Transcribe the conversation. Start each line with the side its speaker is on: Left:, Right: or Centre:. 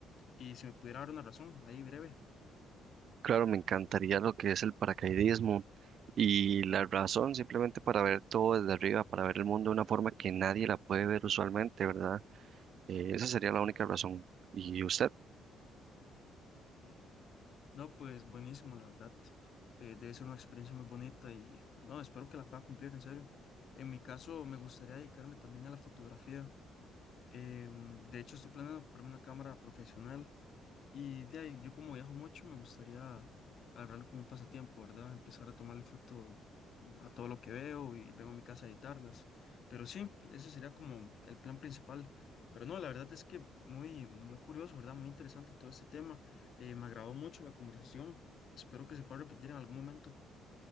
Left: y si me pudiera dar una razón, ahí breve.
Right: Claro, me encantaría lo que es el paracaidismo y la razón simplemente para ver todo desde arriba, para ver el mundo de una forma que nadie la puede ver usualmente, ¿verdad? Eh, esa sería la única razón. ¿Y usted?
Left: No, pues buenísimo, la verdad. Eh, debe ser una experiencia muy bonita y no, espero que la pueda cumplir, en serio. En mi caso, me gustaría dedicarme también a la fotografía. Em, de hecho, estoy planeando comprarme una cámara profesional y de ahí, yo como viajo mucho, me gustaría agarrarlo como un pasatiempo, ¿verdad? Empezar a tomarle foto a todo lo que veo y vengo a mi casa a editarlas. Pero sí, ese sería como el plan principal. Pero no, la verdad es que muy, muy curioso, ¿verdad? Muy interesante todo este tema. Eh, me agradó mucho la conversación. Espero que se pueda repetir en algún momento.